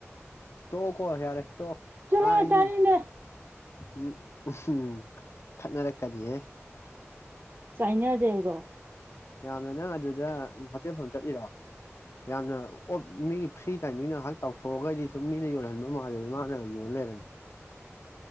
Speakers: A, on the left; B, on the right.
A: ꯇꯣꯛꯑꯣꯀꯣ ꯌꯥꯔꯦ ꯇꯣꯛꯑꯣ
B: ꯆꯠꯂꯣ
A: ꯍꯥꯏꯗꯤ
B: ꯇꯥꯅꯤꯡꯗꯦ
A: ꯎꯝ ꯎ ꯍꯨꯝ ꯈꯠꯅꯔꯛꯀꯅꯤꯍꯦ
B: ꯆꯥꯏꯅꯖꯦꯕ꯭ꯔꯣ
A: ꯌꯥꯝꯅ ꯅꯪ ꯑꯗꯨꯗ ꯍꯣꯊꯦꯜ ꯐꯝ ꯆꯠꯂꯤꯔꯣ ꯌꯥꯝꯅ ꯑꯣꯞ ꯃꯤꯒꯤ ꯐ꯭ꯔꯤ ꯇꯥꯏꯃꯤꯡꯉꯥꯏꯍꯥꯛ ꯇꯥꯎꯊꯣꯛꯑꯒꯗꯤ ꯁꯨꯝ ꯃꯤꯅ ꯌꯣꯟꯜꯍꯟꯕ ꯃꯥꯜꯂꯅꯤ ꯃꯥꯅ ꯌꯣꯜ ꯂꯩꯔꯝꯃꯦ